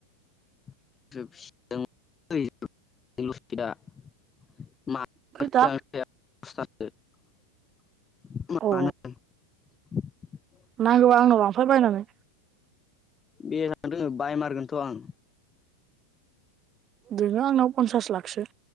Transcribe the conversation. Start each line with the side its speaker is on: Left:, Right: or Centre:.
Left: <unintelligible> <unintelligible> <unintelligible>
Right: फै दा
Left: <unintelligible> <inaudible>
Right: अ नांगौबा आंनाव लांफै बायनानै
Left: बेसां दों बाय मारगोनथ आं
Right: दोङो आंनाव पन्सास लाखसो